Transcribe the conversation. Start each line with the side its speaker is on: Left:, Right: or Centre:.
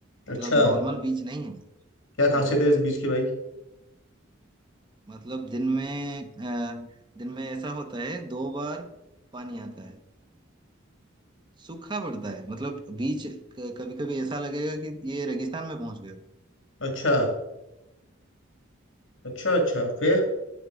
Left: है
Right: मतलब
Left: अच्छा
Right: नॉर्मल बीच नहीं है
Left: क्या खासियत
Right: हाँ।
Left: है इस बीच की भाई
Right: मतलब दिन में अ, दिन में ऐसा होता है दो बार पानी आता है सूखा पड़ता है मतलब बीच कभी कभी ऐसा लगेगा कि ये रेगिस्तान में पहुंच गए हो
Left: अच्छा अच्छा अच्छा फिर